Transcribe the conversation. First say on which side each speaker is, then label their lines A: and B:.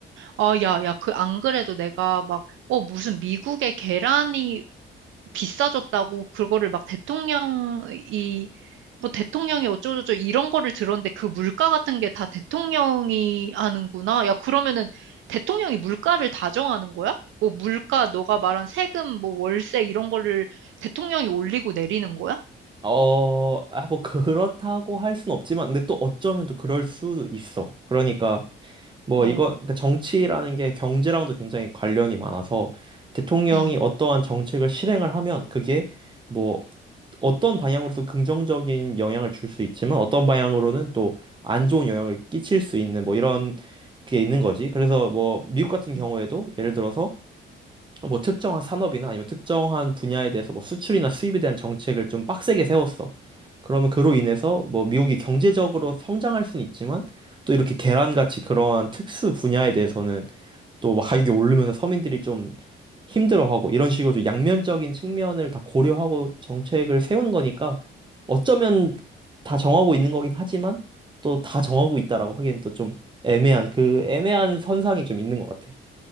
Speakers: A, on the right; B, on the right.
A: 아, 야, 야, 그, 안 그래도 내가 막, 어, 무슨 미국의 계란이 비싸졌다고 그거를 막 대통령이, 뭐 대통령이 어쩌고저쩌고 이런 거를 들었는데 그 물가 같은 게 다 대통령이 하는구나. 야, 그러면은 대통령이 물가를 다 정하는 거야? 뭐 물가, 너가 말한 세금, 뭐 월세 이런 거를 대통령이 올리고 내리는 거야?
B: 어, 아, 뭐, 그렇다고 할 순 없지만, 근데 또 어쩌면 또 그럴 수도 있어. 그러니까, 뭐,
A: 어,
B: 이거, 그러니까 정치라는 게 경제랑도 굉장히 관련이 많아서, 대통령이
A: 응.
B: 어떠한 정책을 실행을 하면, 그게 뭐, 어떤 방향으로서 긍정적인 영향을 줄 수 있지만, 어떤 방향으로는 또 안 좋은 영향을 끼칠 수 있는, 뭐, 이런 게 있는 거지. 그래서 뭐, 미국 같은 경우에도,
A: 응.
B: 예를 들어서, 뭐 특정한 산업이나 아니면 특정한 분야에 대해서 뭐 수출이나 수입에 대한 정책을 좀 빡세게 세웠어. 그러면 그로 인해서 뭐 미국이 경제적으로 성장할 수는 있지만 또 이렇게 계란같이 그러한 특수 분야에 대해서는 또막 가격이 오르면서 서민들이 좀 힘들어하고 이런 식으로 좀 양면적인 측면을 다 고려하고 정책을 세우는 거니까 어쩌면 다 정하고 있는 거긴 하지만 또 다 정하고 있다라고 하기엔 또 좀 애매한 그 애매한 선상이 좀 있는 것 같아.